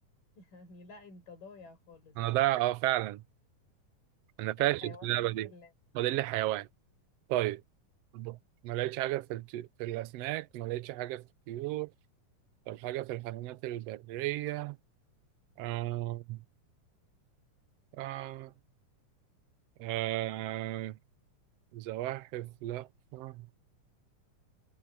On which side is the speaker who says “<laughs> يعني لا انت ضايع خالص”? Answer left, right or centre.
Left